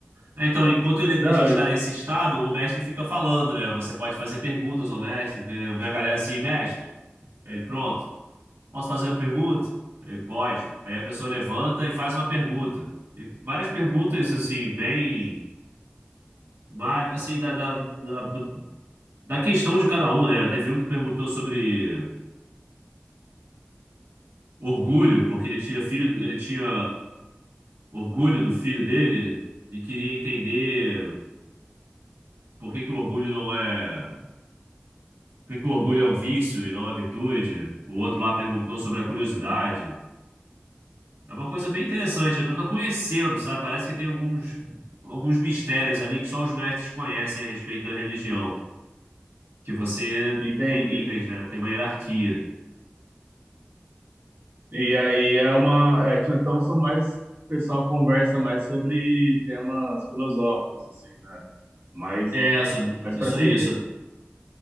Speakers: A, on the right; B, on the right.
A: É, Então, enquanto ele-
B: Não,
A: a gente está
B: eu-
A: nesse estado, o mestre fica falando, né? Você pode fazer perguntas ao mestre. vê vem a galera assim, mestre. Ele, pronto. Posso fazer uma pergunta? Ele pode. Aí a pessoa levanta e faz uma pergunta. E várias perguntas, assim, bem. Mas, assim, da, da, da, do- da questão de cada um, né? Teve um que perguntou sobre orgulho, porque ele tinha filho, ele tinha orgulho do filho dele e queria entender por que que o orgulho não é, por que que o orgulho é um vício e não uma virtude. O outro lá perguntou sobre a curiosidade. É uma coisa bem interessante, eu tô conhecendo, sabe? Parece que tem alguns alguns mistérios ali que só os mestres conhecem a respeito da religião, que você
B: entendi.
A: tem níveis, né? Tem uma hierarquia.
B: E aí é uma. É, então são mais. O pessoal conversa mais sobre temas filosóficos, assim, né? Mas,
A: É, sobre
B: mas
A: isso
B: para se,
A: aí, sobre...